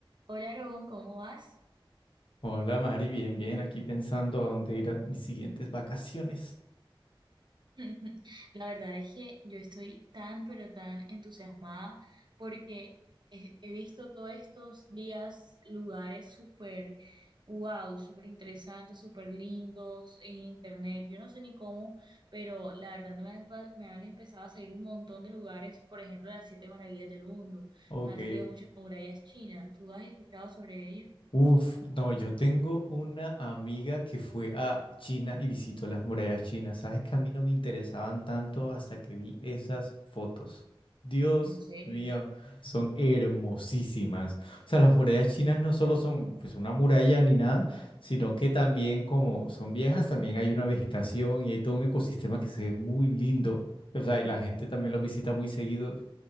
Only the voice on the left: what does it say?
Hola Mari, bien, bien, aquí pensando a dónde ir a mis siguientes vacaciones.
Ok,
Uf, no, yo tengo una amiga que fue a China y visitó las murallas chinas. Sabes que a mí no me interesaban tanto hasta que vi esas fotos. Dios
mío, son hermosísimas. O sea, las murallas chinas no solo son pues una muralla ni nada, sino que también como son viejas, también hay una vegetación y hay todo un ecosistema que se ve muy lindo. O sea, y la gente también los visita muy seguido